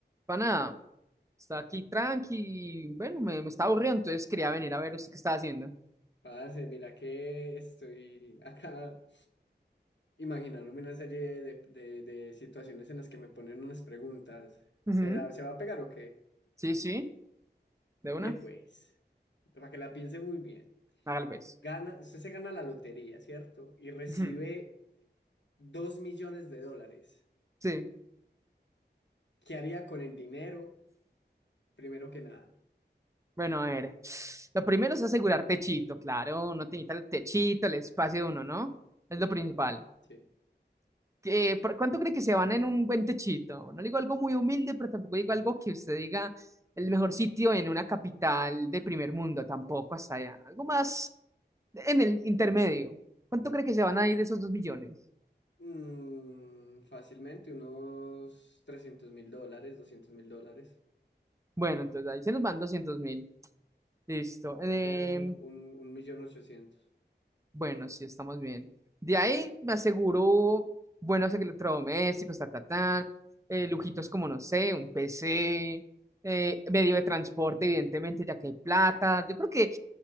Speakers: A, on the right (about 15°); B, on the left (about 80°).
A: Pana, está aquí tranqui. Bueno, me, me estaba aburrido, entonces quería venir a ver usted qué está haciendo.
B: Parce, mira que estoy acá imaginándome una serie de, de- de situaciones en las que me ponen unas preguntas.
A: Ujú,
B: ¿Se, da- se va a pegar o qué?
A: Sí, sí, de
B: Pille
A: una.
B: pues, para que la piense muy bien.
A: Tal vez.
B: Gana, usted se gana la lotería, ¿cierto? Y recibe
A: ujú.
B: dos millones de dólares.
A: Sí.
B: ¿Qué haría con el dinero? Primero que nada.
A: Bueno, a ver. Lo primero es asegurar techito, claro. Uno tiene que el techito, el espacio de uno, ¿no? Es
B: Ujú,
A: lo principal.
B: Sí.
A: eh, ¿por cuánto cree que se van en un buen techito? No digo algo muy humilde, pero tampoco digo algo que usted diga el mejor sitio en una capital de primer mundo, tampoco hasta allá. Algo más en el intermedio. ¿Cuánto cree que se van a ir de esos dos millones?
B: Mm, fácilmente unos trescientos mil dólares, doscientos mil dólares.
A: Bueno, entonces ahí se nos van 200 mil. Listo. Eh,
B: Ya quedan un, un millón ochocientos.
A: Bueno, sí, estamos bien. De ahí me aseguró buenos electrodomésticos, ta, ta, ta, eh, lujitos como, no sé, un PC, eh, medio de transporte, evidentemente, ya que hay plata. Yo creo que,